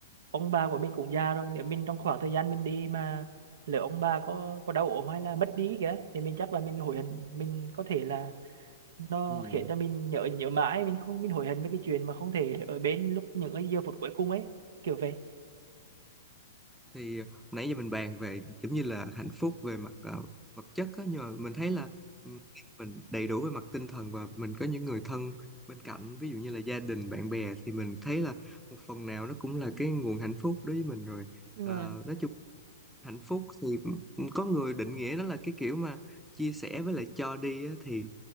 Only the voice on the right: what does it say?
ông bà của mình cũng già rồi nếu mình trong khoảng thời gian mình đi mà lỡ ông bà có có đau ốm hay là mất đi kìa thì mình chắc là mình hối hận mình có thể là nó
khiến cho mình nhớ nhớ mãi mình không mình hối hận với cái chuyện mà không thể ở bên lúc những cái giờ phút cuối cùng ấy kiểu vậy
Ừ.
nhưng
mà